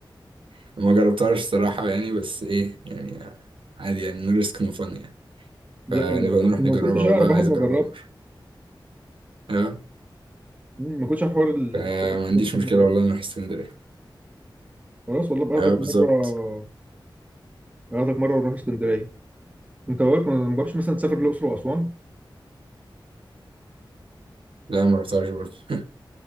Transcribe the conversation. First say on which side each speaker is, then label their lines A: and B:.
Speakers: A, on the right (about 85°); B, on the right (about 15°).
A: <laughs> ما جربتهاش الصراحه يعني بس ايه يعني عادي يعني نو ريسك نو فن يعني
B: دي
A: فنبقى
B: حلوة
A: نروح
B: ما
A: نجربها
B: كنتش
A: والله
B: أعرف لحد
A: عايز اجربها
B: ما جربت
A: مره اه
B: مم، ما كنتش أعرف حوار البحر
A: فما
B: في الشتاء
A: عنديش
B: ده لحد
A: مشكله
B: ما جربت
A: والله نروح اسكندريه
B: خلاص والله باخدك
A: اه بالظبط
B: مرة باخدك مرة ونروح اسكندرية أنت بقولك ما ما جربتش مثلا تسافر الأقصر وأسوان
A: لا ما رحتهاش برضه <laughs>